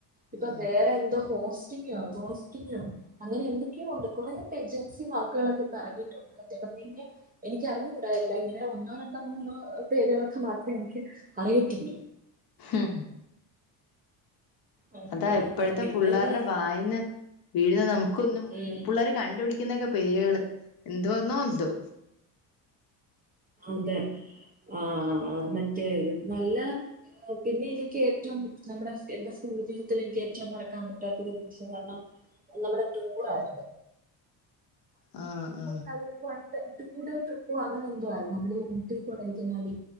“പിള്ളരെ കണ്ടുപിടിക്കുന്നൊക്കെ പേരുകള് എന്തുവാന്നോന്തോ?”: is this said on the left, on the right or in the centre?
Left